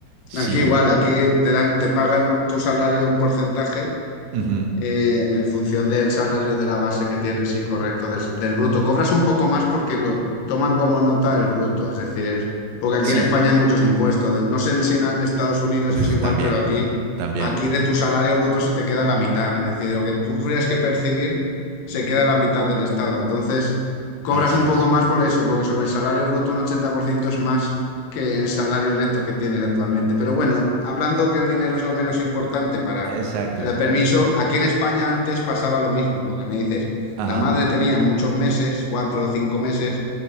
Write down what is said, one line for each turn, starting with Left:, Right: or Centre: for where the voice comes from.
Right: Sí,
Left: Aquí igual, aquí te dan, te pagan tu salario un porcentaje.
Right: ujú,
Left: Eh, en función del salario de la base que tienes, sí, correcto, del, del bruto. Cobras un poco más porque lo toman como nota el bruto, es decir, el- porque aquí
Right: sí,
Left: en España hay muchos impuestos. De- No sé en- si en a- Estados Unidos
Right: uf,
Left: es igual,
Right: también,
Left: pero aquí,
Right: también,
Left: aquí de tu salario bruto se te queda la mitad, es decir, lo que tú tendrías que percibir se queda la mitad del Estado. Entonces, cobras
Right: así
Left: un poco
Right: es,
Left: más por eso, porque sobre el salario bruto un 80% es más que el salario neto que tienes actualmente. Pero bueno, hablando que el dinero es lo menos importante para
Right: exacto.
Left: el permiso, aquí en España antes pasaba lo mismo, lo que me dices.
Right: Ajá,
Left: La madre tenía muchos meses, cuatro o cinco meses,